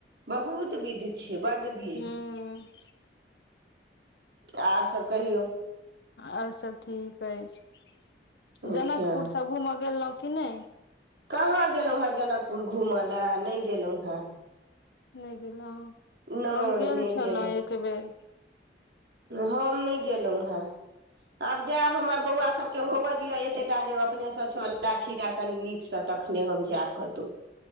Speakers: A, on the right; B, on the left.
A: बहुत विध छै बड विध
B: हूँ
A: और सब कहियौ
B: आओर सभ ठीक अछि
A: अच्छा
B: जनकपुरसँ घूमय गेलहुँ कि नहि
A: कहाँ गेलहुँ हँ जनकपुर घुमऽ लए नहि गेलहुँ हँ
B: नहि गेलहु
A: नहि
B: हम गेल
A: नहि
B: छलहुँ
A: गेलहुँ
B: एक बेर
A: हम नहि गेलहुँ हे आब जायब हमर बौआ सभ होबऽ दिअ एते टा जे अपनेसँ चल फिरा कनी नीकसँ तखने हम जायब कतहु